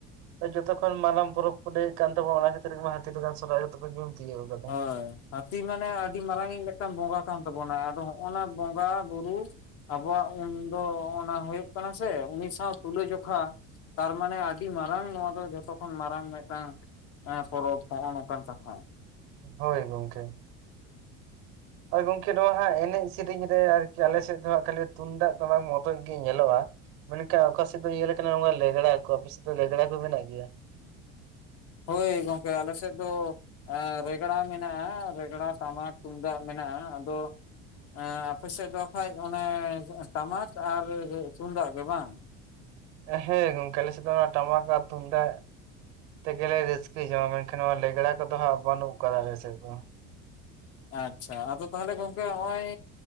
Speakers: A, on the right (about 80°); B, on the left (about 55°).
A: ᱦᱟᱸ ᱡᱚᱛᱚ ᱠᱷᱚᱱ ᱢᱟᱨᱟᱝ ᱯᱚᱨᱚᱵᱽ ᱠᱚ ᱞᱟᱹᱭᱮᱫ ᱠᱟᱱ ᱛᱟᱵᱱᱟ ᱚᱱᱟ ᱠᱷᱟᱹᱛᱤᱨ ᱜᱮ ᱦᱟᱺᱛᱤ ᱞᱮᱠᱟᱱ ᱥᱚᱨᱦᱟᱭᱚᱜ ᱛᱮ ᱜᱮᱭᱟ
B: ᱦᱳᱭ ᱦᱟᱱᱛᱤ ᱢᱟᱱᱮ ᱟᱹᱰᱤ ᱢᱟᱨᱟᱝᱤᱡ ᱢᱤᱫᱴᱟᱝ ᱵᱚᱸᱜᱟ ᱠᱟᱱ ᱛᱟᱵᱚᱱᱟ ᱟᱫᱚ ᱦᱚᱜᱼ ᱱᱟ ᱵᱚᱸᱜᱟ ᱵᱩᱨᱩ ᱟᱵᱚᱣᱟᱜ ᱩᱱ ᱫᱚ ᱚᱱᱟ ᱦᱩᱭᱩᱜ ᱠᱟᱱᱟ ᱥᱮ ᱩᱱᱤ ᱥᱟᱶ ᱛᱩᱞᱟᱹᱡᱚᱠᱷᱟ ᱛᱟᱨᱢᱟᱱᱮ ᱟᱹᱰᱤ ᱢᱟᱨᱟᱝ ᱱᱚᱣᱟ ᱫᱚ ᱡᱷᱚᱛᱚ ᱠᱷᱚᱱ ᱢᱟᱨᱟᱝ ᱢᱤᱫᱴᱟᱝ ᱯᱚᱨᱚᱵᱽ ᱱᱚᱜᱼᱚᱭ ᱱᱚᱝᱠᱟᱱ ᱠᱟᱛᱷᱟ
A: ᱦᱳᱭ ᱜᱚᱢᱠᱮ
B: <inaudible>
A: ᱦᱚᱭ ᱜᱚᱝᱠᱮ ᱱᱚᱣᱟ ᱦᱟᱸᱜ ᱮᱱᱮᱡ ᱥᱮᱨᱮᱧ ᱨᱮ ᱟᱨᱠᱤ ᱟᱞᱮᱥᱮᱫ ᱫᱚᱦᱟᱸᱜ ᱠᱷᱟᱹᱞᱤ ᱛᱩᱢᱫᱟᱜ ᱴᱟᱢᱟᱠ ᱢᱚᱛᱚᱡ ᱜᱮ ᱧᱮᱞᱚᱜᱼᱟ ᱢᱮᱱᱠᱷᱟ ᱚᱠᱟ ᱥᱮᱫ ᱫᱚ ᱤᱭᱟᱹᱮ ᱞᱮᱠᱟᱱᱟ ᱞᱮᱜᱽᱲᱟ ᱠᱚ ᱟᱯᱮ ᱥᱮᱫ ᱫᱚ ᱞᱮᱜᱽᱲᱟ ᱠᱚ ᱢᱮᱱᱟᱜ ᱜᱮᱭᱟ?
B: ᱦᱳᱭ ᱜᱚᱝᱠᱮ ᱟᱞᱮ ᱥᱮᱫ ᱫᱚ ᱨᱮᱜᱽᱲᱟ ᱢᱮᱱᱟᱜᱼᱟ ᱨᱮᱜᱽᱲᱟ ᱴᱟᱢᱟᱠ ᱛᱩᱢᱫᱟᱜ ᱢᱮᱱᱟᱜᱼᱟ ᱟᱫᱚ ᱮᱸ ᱟᱯᱮ ᱥᱮᱫ ᱫᱚ ᱦᱟᱠᱷᱟᱡ ᱚᱱᱮ ᱴᱟᱢᱟᱠ ᱟᱨ ᱛᱩᱢᱫᱟᱜ ᱜᱮ ᱵᱟᱝ?
A: ᱦᱮᱸ ᱜᱚᱝᱠᱮ ᱟᱞᱮᱥᱮᱫ ᱫᱚ ᱚᱱᱟ ᱴᱟᱢᱟᱠᱟᱠ ᱟᱨ ᱛᱩᱢᱫᱟᱜ ᱛᱮᱜᱮᱞᱮ ᱨᱟᱹᱥᱠᱟᱹ ᱡᱚᱝᱟ ᱾ ᱢᱮᱱᱠᱷᱟᱱ ᱱᱚᱣᱟ ᱞᱮᱜᱽᱲᱟ ᱠᱚᱫᱚ ᱦᱟᱸᱜ ᱵᱟᱹᱱᱩᱜ ᱠᱟᱫᱟ ᱟᱞᱞᱮ ᱥᱮᱜᱫᱚ ᱾
B: ᱟᱪᱪᱷᱟ ᱟᱫᱚ ᱛᱟᱦᱚᱞᱮ ᱜᱚᱝᱠᱮ ᱦᱚᱜᱼᱚᱭ